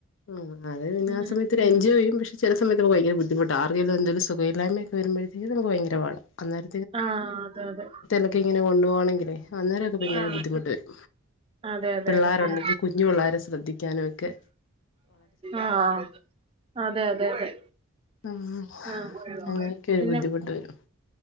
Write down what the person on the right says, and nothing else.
ഉം ഉം
ആഹ് അതെ അതെ
ആ
അതെ അതെ
അതെ ഉം
ആഹ് അതെ അതെ അതെ
ആ
പിന്നെ